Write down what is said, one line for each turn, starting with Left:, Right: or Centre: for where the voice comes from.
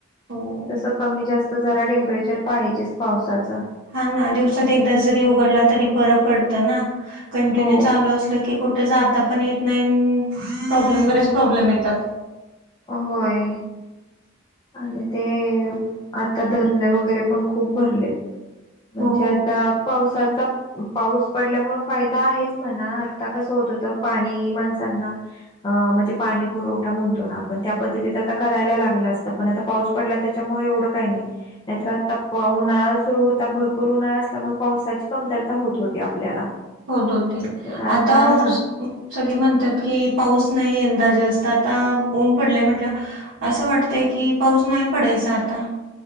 Right: हो
Left: तसं कमी जास्त जरा टेंपरेचर पाहिजेच पावसाच.
Right: हा ना दिवसात एकदा जरी उघडला तरी बर पडत ना कंटिन्यू
Left: हो
Right: चालू असल की. कुठे जाता पण येत नाही प्रॉब्लेम बरेच प्रॉब्लेम येतात.
Left: होय आणि ते आता धरणे वगैरे पण खूप भरलेत म्हणजे
Right: हो
Left: आता पावसाचा पाऊस पडल्यामुळ फायदा आहेच म्हणा आता कस होत होत पाणी माणसांना अ म्हणजे पाणी पुरवठा म्हणतो ना आपण त्या पद्धतीत आता करायला लागला अस तर पण आता पाऊस पडला त्याच्यामुळे एवढ काही नाही. नाहीतर आता उन्हाळा सुरू होता भरपूर उन्हाळा असल्यामुळे पावसाची कमतरता होत होती आपल्याला.
Right: होत होती
Left: तर
Right: आता उष
Left: हा
Right: सगळी म्हणतात की पाऊस नाही यंदा जास्त आता ऊन पडलय म्हटल्यावर अस वाटतय की पाऊस नाही पडायचा आता.